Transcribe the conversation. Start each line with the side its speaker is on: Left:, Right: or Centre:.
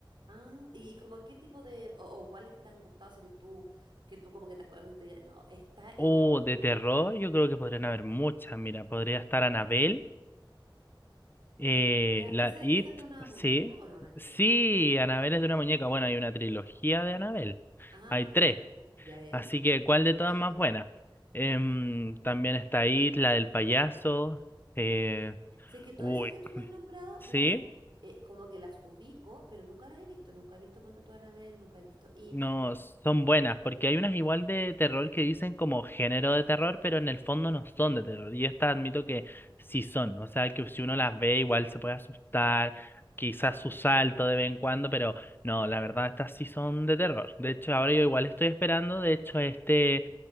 Right: Ah, y, y como qué tipo de, o, o cuáles te han gustado, así que tú, que tú como que te acuerdas y te digas, no, esta era
Left: Uh,
Right: muy
Left: de
Right: buena.
Left: terror, yo creo que podrían haber muchas. Mira, podría estar Anabel Eh,
Right: Ya,
Left: la
Right: ¿esa,
Left: It,
Right: esa es de una muñeca
Left: sí.
Right: o no, nada que
Left: Sí,
Right: ver?
Left: Anabel es de una muñeca. Bueno, hay una trilogía de Anabel.
Right: Ah,
Left: Hay tres.
Right: ya, ya, ya,
Left: Así
Right: ya.
Left: que, ¿cuál de
Right: No, no
Left: todas
Right: sabía.
Left: más buena? Em,
Right: Ya.
Left: también está It, la del payaso. Eh,
Right: Sí, que todas
Left: uy,
Right: esas que tú me
Left: <clears throat>
Right: has nombrado,
Left: sí.
Right: las eh, como que las ubico, pero nunca las he visto. Nunca he visto Ponte tú Anabel, nunca he visto It.
Left: No, son buenas, porque hay unas igual de terror que dicen como género de terror, pero en el fondo no son de terror. Y estas admito que sí son, o sea, que si uno las ve igual se puede asustar, quizás su salto de vez en cuando, pero no, la verdad estas sí son de terror. De hecho, ahora yo igual estoy esperando, de hecho, este